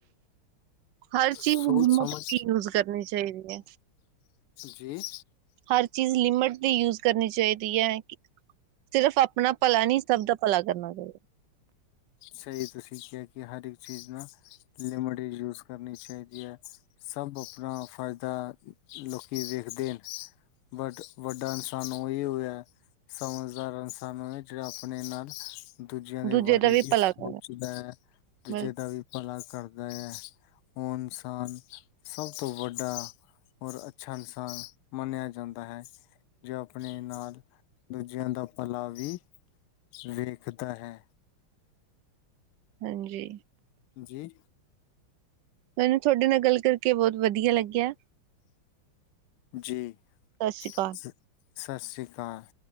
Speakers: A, on the right (about 75°); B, on the left (about 85°).
A: ਹਰ ਚੀਜ਼,
B: ਸੋਚ
A: ਮੁਕਤ
B: ਸਮਝ
A: ਹੀ ਯੂਜ ਕਰਨੀ ਚਾਹੀਦੀ ਹੈ।
B: ਜੀ
A: ਹਰ ਚੀਜ਼ ਲਿਮਿਟ ਦੀ ਯੂਜ ਕਰਨੀ ਚਾਹੀਦੀ ਹੈ ਕਿ ਸਿਰਫ਼, ਆਪਣਾ ਭਲਾ ਨਹੀਂ ਸਭ ਦਾ ਭਲਾ ਕਰਨਾ ਚਾਹੀਦਾ।
B: ਸਹੀ, ਤੁਸੀਂ ਕਿਹਾ ਕਿ ਹਰ ਇੱਕ ਚੀਜ਼ ਨਾ ਲਿਮਟ ਵਿੱਚ ਯੂਜ ਕਰਨੀ ਚਾਹੀਦੀ ਹੈ। ਸਭ, ਆਪਣਾ ਫਾਇਦਾ ਲੋਕੀ ਵੇਖਦੇ ਨੇ। ਬਟ, ਵੱਡਾ ਇਨਸਾਨ ਉਹੀ ਹੋਇਆ। ਸਮਝਦਾਰ ਇਨਸਾਨ ਓ ਹੈ ਜਿਹੜਾ ਆਪਣੇ ਨਾਲ ਦੂਜਿਆਂ ਦੇ
A: ਦੂਜੇ
B: ਬਾਰੇ
A: ਦਾ
B: ਵੀ
A: ਭਲਾ
B: ਸੋਚਦਾ
A: ਕਰਨਾ
B: ਹੈ, ਦੂਜੇ
A: ਬਿਲਕੁਲ
B: ਦਾ ਵੀ ਭਲਾ ਕਰਦਾ ਹੈ ਉਹ ਇਨਸਾਨ ਸਭ ਤੋਂ ਵੱਡਾ ਔਰ ਅੱਛਾ ਇਨਸਾਨ ਮੰਨਿਆ ਜਾਂਦਾ ਹੈ। ਜੋ ਆਪਣੇ ਨਾਲ ਦੂਜਿਆਂ ਦਾ ਭਲਾ ਵੀ ਵੇਖਦਾ ਹੈ।
A: ਹਾਂਜੀ।
B: ਜੀ।
A: ਮੈਨੂੰ ਤੁਹਾਡੇ ਨਾਲ ਗੱਲ ਕਰਕੇ ਬਹੁਤ ਵਧੀਆ ਲੱਗਿਆ।
B: ਜੀ,
A: ਸਤਿ ਸ਼੍ਰੀ
B: ਸਤਿ
A: ਅਕਾਲ।
B: ਸ਼੍ਰੀ ਅਕਾਲ।